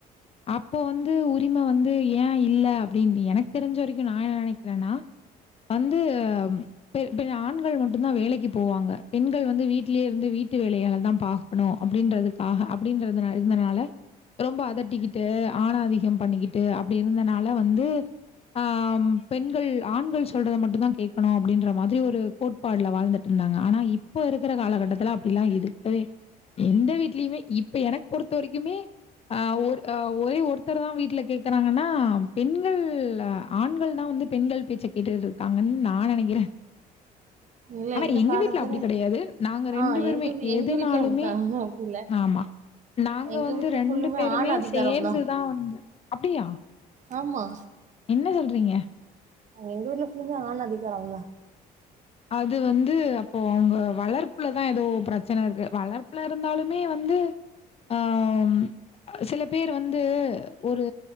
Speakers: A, on the left; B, on the right.
A: அப்ப வந்து உரிம வந்து ஏ இல்ல அப்டின்னி எனக்கு தெரிஞ்ச வரைக்கு நா என்ன நெனைக்கிறேன்னா வந்து இப்ப பெ ஆண்கள் மட்டுந்தா வேலைக்கி போவாங்க பெண்கள் வந்து வீட்லேயே இருந்து வீட்டு வேலைகளதா பா க்கனு அப்டின்றதுக்காக அப்டின்றது நா இருந்தனால ரொம்ப அது ட்டு ஆண் ஆதிக்க பண்ணிக்கிட்டு அப்டி இருந்தனால வந்து அ பெண்கள் ஆண்கள் சொல்றத மட்டுந்தா கேக்கணு அப்டின்ற மாதிரி ஒரு கோட் பாட்ல வாழ்ந்துட்ருந்தாங்க ஆனா இப்ப இருக்கிற காலகட்டத்துல அப்டில்லா இருக்கவே எந்த வீட்லயுமே இப்ப எனக்கு பொறுத்த வரைக்குமே ஆ ஒரு அ ஒரே ஒருத்தர் தா வீட்ல கேக்குறாங்கன்னா பெண்கள் ஆண்கள் தா வந்து பெண்கள் பேச்ச கேட்டுட்டு இருக்காங்கன் நா நெனைக்கிறே
B: இல்ல
A: ஆனா
B: இந்த
A: எங்க
B: காலத்துல
A: வீட்ல அப்டி கடையாது நாங்க ரெண்டு
B: ஆ
A: பேருமே
B: எங்க வீ எங்க
A: எதுனாலுமே
B: வீட்லயு அப்டித்தா அப்டி இல்ல
A: ஆமா நாங்க
B: எங்க
A: வந்து
B: வீட்ல
A: ரெண்டு
B: ஃபுல்லுமே
A: பேருமே
B: ஆண் அதிகாரம்தா
A: சேர்ந்துதா வந்து அப்டியா
B: ஆமா
A: என்ன சொல்றீங்க
B: எங்க வீட்ல ஃபுல்லா ஆண் அதிக்காரந்தா
A: அது வந்து அ ப்போ அவுங்க வளர்ப்புலதா ஏதோ பிரச்சன இருக்கு வளர்ப்புல இருந்தாலுமே வந்து ஆம் சில பேர் வந்து ஒரு